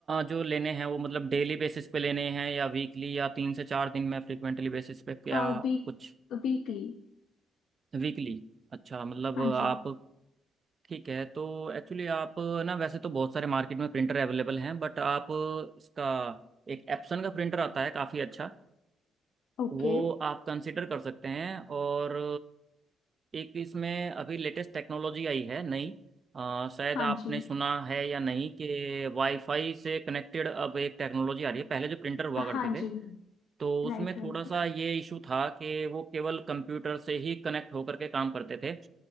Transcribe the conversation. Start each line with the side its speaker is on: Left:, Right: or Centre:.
Right: जो लेने हैं वो मतलब डेली बेसिस पे लेने हैं या वीकली या तीन से चार दिन में फ्रिक्वेंटली बेसिस पे क्या
Left: है वीक
Right: कुछ
Left: वीकली
Right: वीकली अच्छा मतलब
Left: हाँ
Right: आप
Left: जी
Right: ठीक है तो एक्चुअली आप ना वैसे तो बहुत सारे मार्केट में प्रिंटर अवेलेबल हैं बट आप इसका एक एप्सन का प्रिंटर आता है काफ़ी अच्छा
Left: ओके
Right: वो आप कंसिडर कर सकते हैं और एक इसमें अभी लेटेस्ट टेक्नोलॉजी आई है नई अ, शायद
Left: हाँ
Right: आपने
Left: जी
Right: सुना है या नहीं कि वाईफाई से कनेक्टेड अब एक टेक्नोलॉजी आ रही है पहले जो प्रिंटर हुआ
Left: हाँ
Right: करते
Left: जी
Right: थे तो उसमें
Left: Right
Right: थोड़ा
Left: right
Right: सा ये इशू था कि वो केवल कंप्यूटर से ही कनेक्ट होकर के काम करते थे